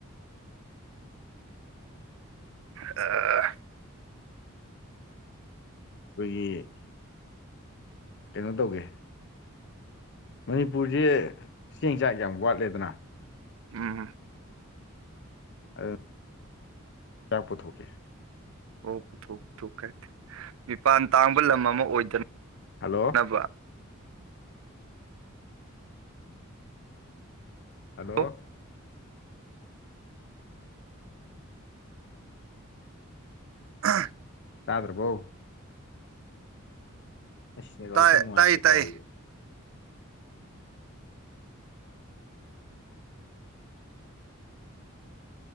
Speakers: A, on the right (about 70°); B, on the left (about 55°).
A: ꯑ
B: ꯑꯩꯈꯣꯏꯒꯤ ꯀꯩꯅꯣ ꯇꯧꯒꯦ ꯃꯅꯤꯄꯨꯔꯁꯦ ꯆꯦꯡ ꯆꯥꯛ ꯌꯥꯝ ꯋꯥꯠꯂꯦꯗꯅ
A: ꯎꯝ
B: ꯑꯗꯨ ꯀꯌꯥ ꯄꯨꯊꯣꯛꯀꯦ
A: ꯑꯣ ꯄꯨꯊꯣꯛ ꯄꯨꯊꯣꯛ ꯀꯥꯏꯦ ꯃꯤꯄꯥꯟ ꯇꯥꯡꯕ ꯂꯝ ꯑꯃ ꯑꯣꯏꯗꯅ
B: ꯍꯜꯂꯣ
A: ꯅꯕ
B: ꯍꯂꯣ
A: ꯑꯣ ꯑꯥ
B: ꯇꯥꯗ꯭ꯔꯕꯣ ꯑꯩꯁ ꯅꯤꯔꯣꯜꯁ
A: ꯇꯥꯏ
B: ꯌꯥꯝ ꯅꯨꯡꯉꯥꯏꯇꯦ
A: ꯇꯥꯏ ꯇꯥꯏ
B: ꯇꯧꯔꯤꯦ